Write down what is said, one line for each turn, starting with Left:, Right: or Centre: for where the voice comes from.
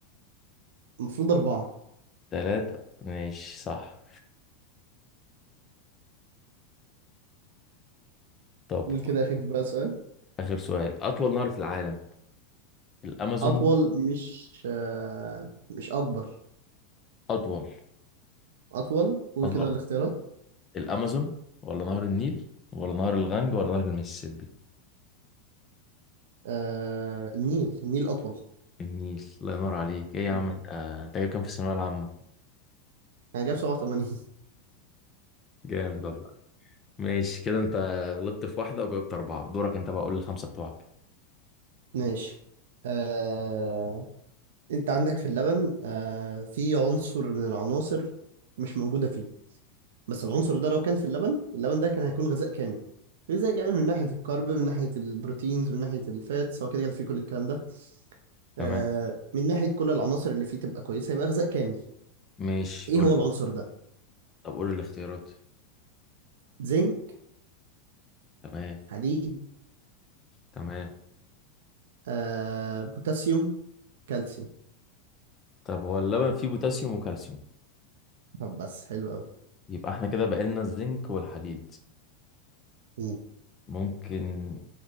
Right: المفروض أربعة
Left: تلاتة ماشي صح طب
Right: قول
Left: خد
Right: كده آخر بقى سؤال
Left: آخر سؤال أطول نهر في العالم الأمازون
Right: أطول مش آه مش أكبر
Left: أطول
Right: أطول قول
Left: أطول
Right: كده الاختيارات
Left: الأمازون ولا نهر النيل ولا نهر الغنج ولا نهر المسيسيبي
Right: آه النيل النيل أطول
Left: النيل الله ينور عليك إيه يا
Right: مم.
Left: عم أنت أنت جايب كام في الثانوية العامة
Right: أنا جايب 87
Left: جامد والله ماشي كده أنت غلطت في واحدة وجاوبت أربعة دورك أنت بقى قول الخمسة بتوعك
Right: ماشي آه انت عندك في اللبن آه في عنصر من العناصر مش موجودة فيه بس العنصر ده لو كان في اللبن اللبن ده كان هيكون غذاء كامل غذاء كامل من ناحية الكارب من ناحية البروتينز من ناحية الفاتس هو كده كده فيه كل الكلام ده آه
Left: تمام
Right: من ناحية كل العناصر اللي فيه تبقى كويسة يبقى غذاء كامل
Left: ماشي
Right: ايه
Left: قول
Right: هو العنصر ده
Left: طب قول الاختيارات
Right: زنك
Left: تمام
Right: حديد
Left: تمام
Right: آه بوتاسيوم كالسيوم
Left: طب هو اللبن فيه بوتاسيوم وكالسيوم
Right: طب بس حلو قوي
Left: يبقى احنا كده بقالنا الزنك والحديد
Right: مم.
Left: ممكن